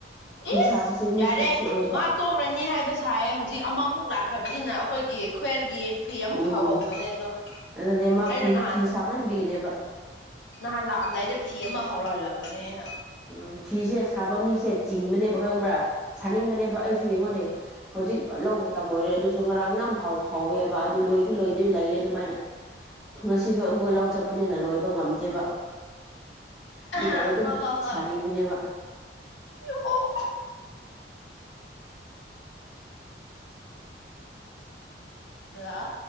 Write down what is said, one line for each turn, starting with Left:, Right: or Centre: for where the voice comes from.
Centre: ꯐꯤ
Left: ꯏꯁ
Centre: ꯁꯥꯕꯁꯦ ꯃꯤ
Left: ꯌꯥꯔꯦ
Centre: ꯁꯣꯛꯑꯦꯕ
Left: ꯃꯥ ꯇꯣꯛꯂꯅꯤ ꯍꯥꯏꯕ ꯁꯥꯏꯌꯦ ꯍꯨꯖꯤꯛ ꯑꯃꯃꯨꯛ ꯂꯥꯛꯈ꯭ꯔꯕꯅꯤꯅ ꯑꯩꯈꯣꯏꯒꯤ <unintelligible>
Centre: ꯎꯝ
Left: ꯍꯧꯍꯧꯕꯅꯦ ꯑꯗꯣ
Centre: ꯑꯗꯨꯅꯦ ꯃꯥ
Left: ꯑꯩꯅ
Centre: ꯐꯤ
Left: ꯅꯍꯥꯟ
Centre: ꯐꯤ ꯁꯥꯃꯟꯕꯒꯤꯅꯦꯕ
Left: ꯅꯍꯥꯟ ꯂꯥꯛꯑꯝꯗꯥꯏꯗ ꯐꯤ ꯑꯃ ꯍꯧꯔꯍꯜꯂꯝꯕꯅꯦ ꯑꯩꯅ
Centre: ꯎꯝ ꯐꯤꯁꯦ ꯁꯥꯕ ꯃꯤꯁꯦ ꯆꯤꯡꯕꯅꯦꯕ ꯈꯪꯕ꯭ꯔꯥ ꯁꯥꯅꯤꯡꯕꯅꯦꯕ ꯑꯩꯁꯨ ꯌꯦꯡꯉꯣꯅꯦ ꯍꯧꯖꯤꯛ ꯂꯧ ꯃꯇꯝ ꯑꯣꯏꯔꯦ ꯑꯗꯨꯁꯨ ꯉꯔꯥꯡ ꯅꯝ ꯍꯧ ꯍꯧꯋꯦꯕ ꯑꯗꯨ ꯂꯣꯏꯁꯨ ꯂꯣꯏꯗ꯭ꯔꯤ ꯂꯩꯌꯦ ꯑꯗꯨꯃꯥꯏꯅ ꯉꯁꯤꯁꯨ ꯑꯃꯨꯛꯀ ꯂꯧ ꯆꯠꯄꯅꯤꯅ ꯂꯣꯏꯕ ꯉꯝꯗꯦꯕ ꯑꯗꯨ
Left: ꯑ
Centre: ꯇꯧꯋꯦ ꯑꯗꯨꯝ
Left: ꯍꯣꯏ ꯍꯣꯏ ꯍꯣꯏ
Centre: ꯁꯥꯅꯤꯡꯕꯅꯦꯕ
Left: ꯑꯣ ꯍꯜꯂꯣ